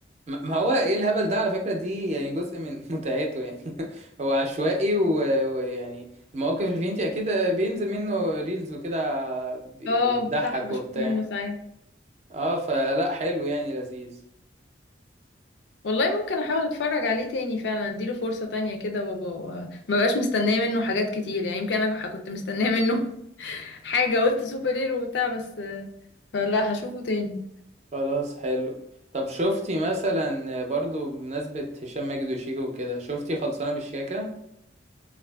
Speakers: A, on the right (about 40°); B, on the left (about 70°).
A: ما ما هو ايه الهبل ده على فكرة دي يعني جزء من <laughs> متعته يعني <laughs> هو عشوائي و- ويعني المواقف اللي فيه انت اكيد بينزل منه ريلز وكده بيبقى
B: اه
A: بتضحك
B: صح بشوف
A: وبتاع
B: منه ساعات
A: اه فلا حلو يعني لذيذ
B: والله ممكن احاول اتفرج عليه تاني فعلا اديله فرصة تانية كده وابقى مبقاش مستنية منه حاجات كتير يعني يمكن انا كنت مستنية منه <laughs> حاجة قلت سوبر هيرو وبتاع بس فلا هشوفه تاني
A: خلاص حلو طب شفتي مثلا برضو بمناسبة هشام ماجد وشيكو وكده شفتي خلصانة بالشياكة